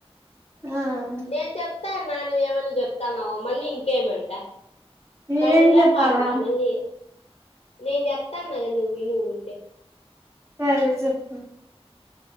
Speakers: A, on the right; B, on the left.
A: ఆ
B: నేను చెప్తాన్నా నువ్వు ఏమన్నజెప్తాన్నావు మళ్ళీ ఇంకేమంట పనిలే
A: ఏం చెప్పాలా
B: పాటలా మళ్ళీ నేన్ జెప్తా న్న గద నువ్వేళ్ళు ఊరికే
A: సరే చెప్పు